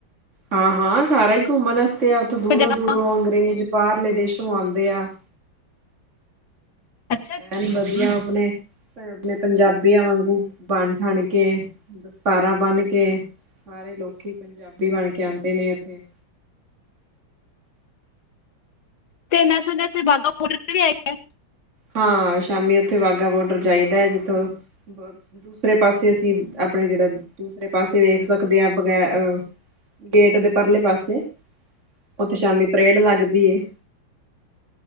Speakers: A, on the right; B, on the left.
A: ਹਾਂ ਹਾਂ ਸਾਰਾ ਹੀ ਘੁੰਮਣ ਵਾਸਤੇ ਤੇ
B: ਕੋਈ
A: ਦੂਰੋਂ
B: ਜਗ੍ਹਾ
A: ਦੂਰੋਂ ਅੰਗਰੇਜ਼ ਬਾਹਰਲੇ ਦੇਸ਼ੋਂ ਆਉਂਦੇ ਆ।
B: ਅੱਛਾ
A: ਐ ਨੀ ਵਧੀਆ ਆਪਣੇ ਆਪਣੇ ਪੰਜਾਬੀਆਂ ਵਾਂਗੂ ਬਣ ਠਣ ਕੇ ਦਸਤਾਰਾਂ ਬੰਨ੍ਹ ਕੇ ਸਾਰੇ ਲੋਕੀ ਪੰਜਾਬੀ ਬਣ ਕੇ ਆਉਂਦੇ ਨੇ ਉੱਥੇ।
B: ਤੇ ਮੈਂ ਸੁਣਿਆ ਸੀ ਬਾਘਾ ਬੋਡਰ ਤੇ ਵੀ ਹੈਗਾ?
A: ਹਾਂ ਸ਼ਾਮੀ ਉੱਥੇ ਵਾਹਗਾ ਬੋਡਰ ਜਾਹੀਦਾ ਹੈ ਜਿੱਥੋਂ ਦੂਸਰੇ ਪਾਸੇ ਅਸੀਂ ਆਪਣੇ ਜਿਹੜਾ ਦੂਸਰੇ ਪਾਸੇ ਵੇਖ ਸਕਦੇ ਹਾਂ ਬਗੈ ਅਹ ਗੇਟ ਦੇ ਪਰਲੇ ਪਾਸੇ ਉੱਥੇ ਸ਼ਾਮੀ ਪਰੇਡ ਲੱਗਦੀ ਹੈ